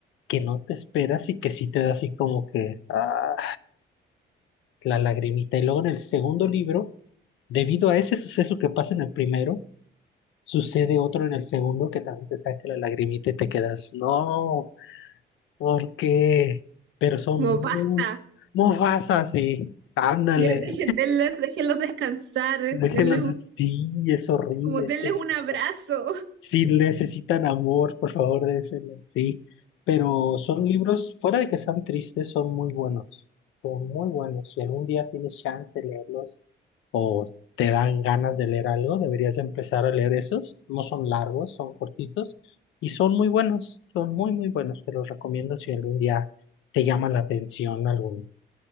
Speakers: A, on the left (about 85°); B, on the right (about 70°).
A: que no te esperas y que sí te da así como que ah, la lagrimita. Y luego en el segundo libro, debido a ese suceso que pasa en el primero, sucede otro en el segundo que también te saca la lagrimita y te quedas, no, ¿por qué? Pero son
B: Como
A: muy,
B: basta,
A: muy fasas y ándale.
B: ya dejen, denles- déjenlos descansar,
A: Déjenlos,
B: denles un,
A: sí, es horrible
B: como denles
A: ese libro.
B: un abrazo.
A: Si necesitan amor, por favor, déjenlo, sí. Pero son libros, fuera de que sean tristes, son muy buenos, son muy buenos. Si algún día tienes chance de leerlos o te dan ganas de leer algo, deberías empezar a leer esos. No son largos, son cortitos y son muy buenos, son muy, muy buenos. Te los recomiendo si algún día te llama la atención alguno.